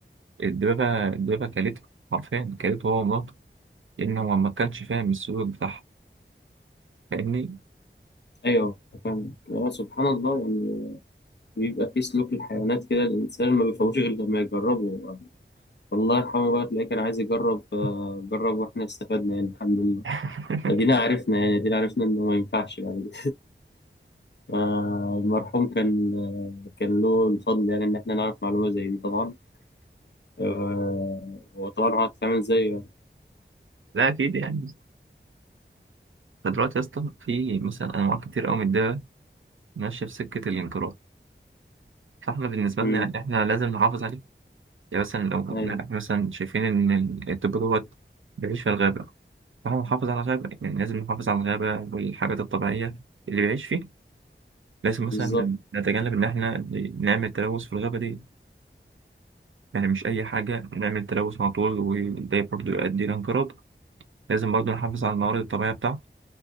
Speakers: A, on the right; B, on the left.
A: الدبابة الدبابة كلته حرفيا كلته هو ومراته لأن هو ما كانش فاهم السلوك بتاعها فاهمني؟
B: أيوه فاهم آه سبحان الله يعني بيبقى في سلوك الحيوانات كده الإنسان ما بيفهموش غير لما يجربه والله الحمد بقى تلاقيه كان عايز يجرب فجرب واحنا استفدنا يعني الحمد لله
A: <laughs>
B: ادينا عرفنا يعني ادينا عرفنا انه ما ينفعش يعني آه، المرحوم كان آه، كان له الفضل يعني ان احنا نعرف معلومة زي دي طبعا آه، وطبعا هو هتتعمل زيه يعني
A: لا أكيد يعني فدلوقتي يا اسطى في مثلا أنواع كتير أوي من الدببة ماشية في سكة الانقراض فاحنا بالنسبة
B: أمم،
A: لنا يعني احنا لازم نحافظ عليه يعني مثلا لو
B: ايوه
A: لا، احنا مثلا شايفين إن الدب دوت بيعيش في الغابة فاحنا نحافظ على الغابة يعني لازم نحافظ على الغابة والحاجات الطبيعية اللي بيعيش فيه لازم مثلا
B: بالظبط
A: نتجنب إن احنا نعمل تلوث في الغابة دي يعني مش أي حاجة نعمل تلوث على طول وده برضه يؤدي لانقراض لازم برضه نحافظ على الموارد الطبيعية بتاعته